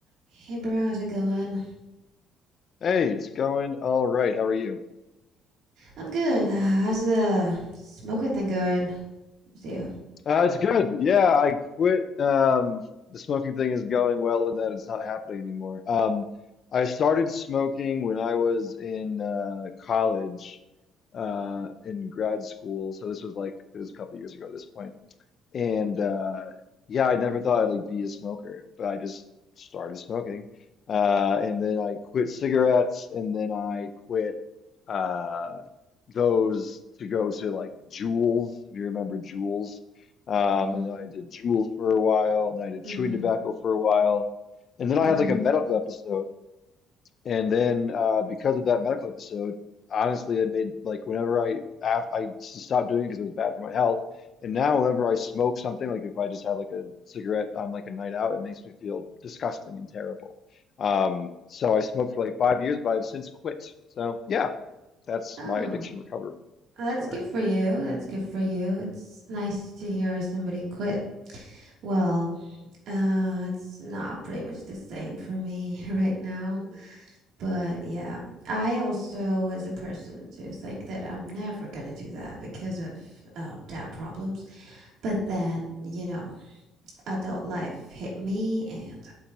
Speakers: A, on the right; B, on the left.
A: Hey, bro, how's it going?
B: Hey, it's going all right. How are you?
A: I'm good. Uh, how's the smoking thing going with you?
B: Uh, it's good. Yeah, I quit. Um, the smoking thing is going well and that it's not happening anymore. Um, I started smoking when I was in uh, college, uh, in grad school. So this was like, it was a couple years ago at this point. And uh yeah, I never thought I'd like be a smoker, but I just started smoking. Uh and then I quit cigarettes and then I quit uh those to go to like Juuls, if you remember Juuls. Um
A: Mm-hmm.
B: and then I did Juuls for a while and I did
A: Mm-hmm.
B: chewing tobacco for a while. And then I
A: Mm-hmm.
B: had like a medical episode and then uh, because of that medical episode, honestly, it made like whenever I af I s- stopped doing it because it was bad for my health. And now whenever I smoke something, like if I just have like a cigarette on like a night out, it makes me feel disgusting and terrible. Um, so I smoked for like five years, but I've since quit. So yeah, that's
A: Oh,
B: my addiction recovery
A: well,
B: story.
A: that's good for you. That's good for you. It's nice to hear somebody quit. Well, uh, it's not pretty much the same for me <laughs> right now. But yeah, I also was a person to think that I'm never gonna do that because of uh, dad problems. But then, you know, adult life hit me and